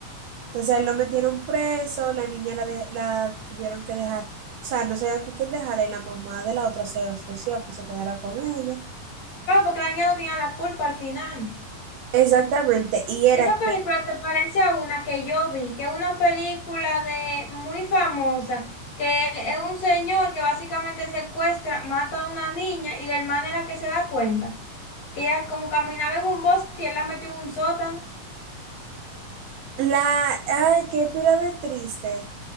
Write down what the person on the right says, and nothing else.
Entonces él lo metieron preso, la niña la, de- la tuvieron que dejar, o sea, no sabían con quién dejarla y la mamá de la otra se ofreció a que se quedara con ella.
Exactamente, y era
que
la, ay, qué pila de triste.